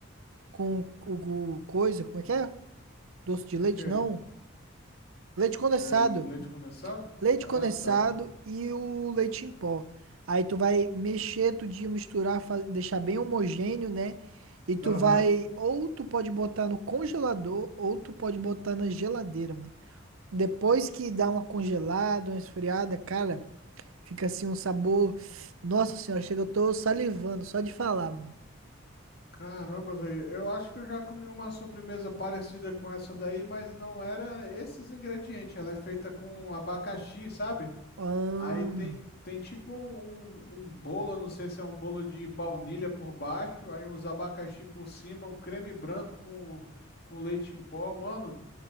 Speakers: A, on the right; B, on the left.
A: com o, o coisa, como é que é? Doce de
B: com
A: leite?
B: o quê?
A: Não. Leite condensado.
B: É, leite condensado?
A: leite
B: Ah,
A: condensado
B: tá.
A: e o leite em pó. Aí tu vai mexer tudinho, misturar, fa- deixar bem homogêneo, né? E tu
B: Aham.
A: vai, ou tu pode botar no congelador, ou tu pode botar na geladeira, mano. Depois que dá uma congelada, uma esfriada, cara, fica assim um sabor. Nossa senhora, chega, eu tô salivando só de falar, mano.
B: Caramba, velho, eu acho que eu já comi uma sobremesa parecida com essa daí, mas não era esses ingredientes. Ela é feita com abacaxi, sabe?
A: Ahn,
B: Aí tem, tem tipo um, um, um bolo, eu não sei se é um bolo de baunilha por baixo, aí uns abacaxi por cima, um creme branco com, com leite em pó. Mano,